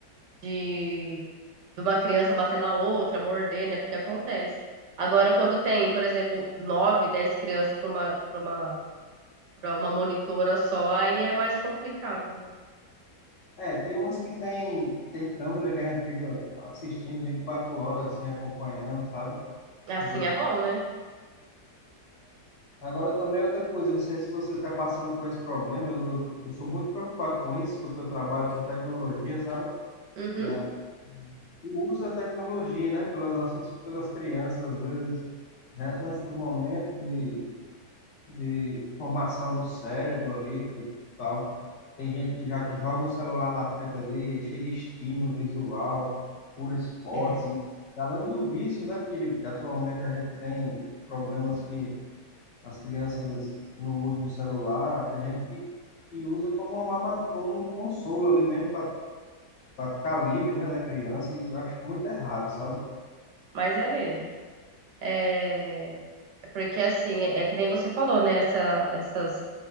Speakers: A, on the right; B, on the left.
A: de, de uma criança bater na outra, morder, né? Porque acontece. Agora, quando tem, por exemplo, nove, dez crianças para uma, para uma, para uma monitora só, aí é mais complicado, né?
B: é, tem umas que tem, tem câmera que a gente fica assistindo 24 horas, assim, acompanhando, sabe?
A: Assim
B: Ver-
A: é bom, né?
B: Agora também outra coisa, não sei se você está passando por esse problema, eu, eu, eu sou muito preocupado com isso, porque eu trabalho com tecnologia, sabe?
A: Uhum.
B: E a, o uso da tecnologia, né, pelas nossas, pelas crianças, às vezes, né, antes do momento de de formação do cérebro ali, tudo e tal. Tem gente que já joga o celular na frente ali, é cheio de estímulo visual, por esporte.
A: É,
B: Além do vício, né, que que atualmente a gente tem problemas que as crianças no uso do celular, tem gente que, que usa como, uma, mama- como um consolo ali mesmo para ficar livre, né, da criança, e eu acho muito errado, sabe?
A: mas é mesmo. É, é porque assim, é, é que nem você falou, né? Essa, essas